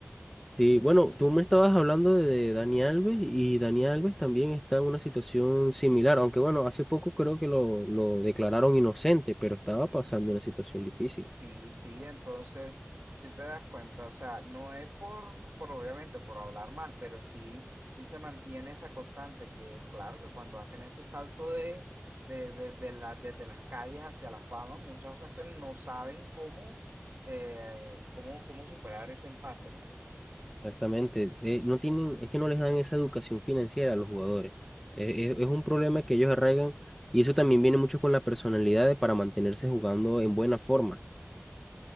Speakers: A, in the centre; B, on the right.
A: Sí, bueno, tú me estabas hablando de, de Dani Alves y Dani Alves también está en una situación similar, aunque bueno, hace poco creo que lo, lo declararon inocente, pero estaba pasando una situación difícil.
B: Sí, sí, entonces, si te das cuenta, o sea, no es por, por obviamente, por hablar mal, pero sí, sí se mantiene esa constante que, claro, que cuando hacen ese salto de, de, de, de la- desde las calles hacia la fama, muchas ocasiones no saben cómo, eh, cómo, cómo superar ese empase, ¿no?
A: Exactamente. Eh, no tienen, es que no les dan esa educación financiera a los jugadores. Eh, es, es un problema que ellos arraigan y eso también viene mucho con la personalidad de para mantenerse jugando en buena forma.